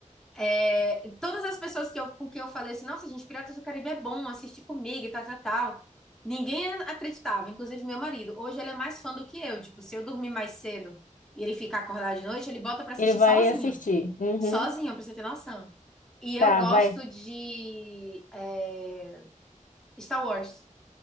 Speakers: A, in the centre; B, on the left (about 80°).
A: É, todas as pessoas que eu, com quem eu falei assim, nossa, gente, Piratas do Caribe é bom, assiste comigo e tal, tal, tal. Ninguém acreditava, inclusive meu marido. Hoje ele é mais fã do que eu. Tipo, se eu dormir mais cedo e ele ficar acordado de noite, ele bota pra assistir
B: Ele vai
A: sozinho.
B: assistir. Uhum.
A: Sozinho, pra você ter noção. E eu
B: Tá,
A: gosto
B: vai.
A: de é, Star Wars.